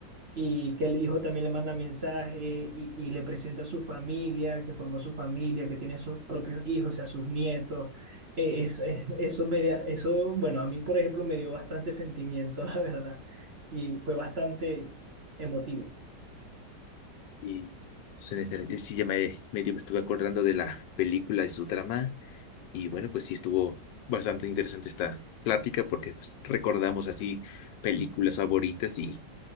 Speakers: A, on the right (about 40°); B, on the left (about 80°).
A: y que el hijo también le manda mensaje y, y le presenta a su familia, que formó su familia, que tiene sus propios hijos, o sea, sus nietos. Eh, eso, eh, eso, me da- eso, bueno, a mí, por ejemplo, me dio bastante sentimiento, <laughs> la verdad, y fue bastante emotivo.
B: Sí, suena interesante. Sí, ya me medio me estuve acordando de la película y su trama. Y bueno, pues sí estuvo bastante interesante esta plática porque pues, recordamos así películas favoritas y,